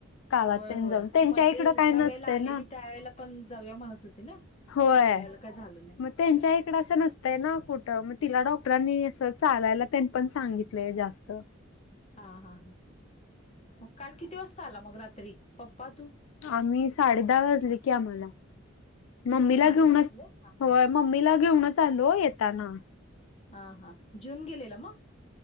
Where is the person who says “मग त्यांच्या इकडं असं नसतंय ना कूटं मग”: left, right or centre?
Left